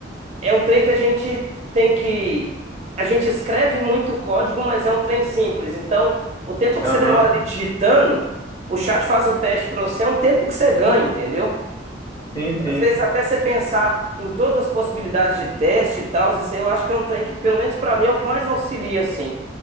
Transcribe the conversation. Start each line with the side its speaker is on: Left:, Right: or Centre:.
Right: É um trem que a gente tem que. A gente escreve muito código, mas é um trem simples. Então, o tempo que
Left: aham.
Right: você demora ali digitando, o chat faz o teste pra você, é um tempo que você ganha, entendeu?
Left: Sim, sim.
Right: Às vezes até você pensar em todas as possibilidades de teste e tal, isso aí eu acho que é um trem que, pelo menos pra mim, é o que mais auxilia, assim.